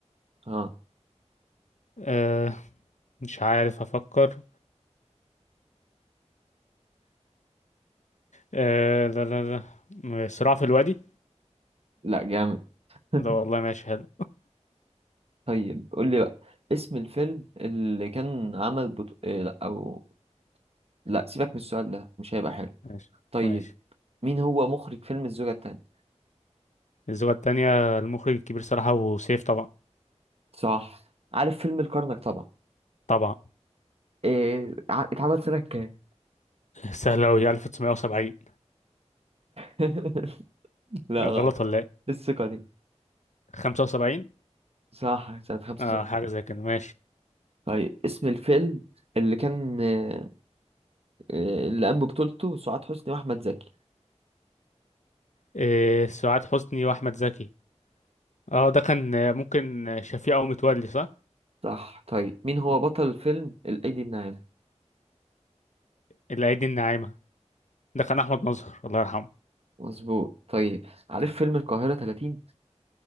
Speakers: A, on the right; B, on the left.
A: اه
B: آه، مش عارف أفكر آه، لا لا لا صراع في الوادي
A: لا جامد <laughs>
B: ده والله ماشي حلو
A: طيب قول لي بقى اسم الفيلم اللي كان عمل بطو... إيه لا او لا سيبك من السؤال ده مش هيبقى حلو
B: ماشي
A: طيب
B: ماشي
A: مين هو مخرج فيلم الزوجة التانية
B: الزوجة التانية المخرج الكبير صراحة وسيف طبعا
A: صح عارف فيلم الكرنك طبعا
B: طبعا
A: إيه ع- اتعمل سنة كام؟
B: <laughs> سهلة أوي 1970
A: <laughs> لا
B: غلط
A: غلط
B: ولا إيه
A: الثقة دي
B: 75
A: صح سنة 65
B: اه حاجة زي كده ماشي
A: طيب اسم الفيلم اللي كان آه، آه، اللي قام ببطولته سعاد حسني وأحمد زكي
B: إيه سعاد حسني وأحمد زكي اه ده كان آه، ممكن آه، شفيقة ومتولي صح؟
A: صح طيب مين هو
B: آه.
A: بطل الفيلم الأيدي الناعمة
B: الأيدي الناعمة ده كان أحمد مظهر الله يرحمه
A: مظبوط طيب عارف فيلم القاهرة 30